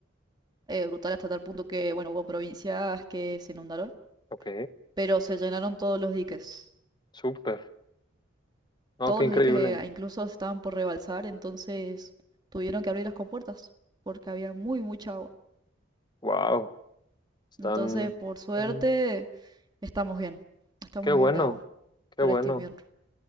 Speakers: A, on the right; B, on the left.
A: eh, brutal hasta tal punto que, bueno, hubo provincias que se inundaron,
B: ok,
A: pero se llenaron todos los diques.
B: súper. No,
A: todos
B: qué increíble.
A: los diques eh, incluso estaban por rebalsar, entonces tuvieron que abrir las compuertas porque había muy mucha agua.
B: Wow, están,
A: Entonces, por suerte,
B: ujú,
A: estamos bien, estamos
B: Qué bueno,
A: bien de agua
B: qué
A: para
B: bueno.
A: este invierno.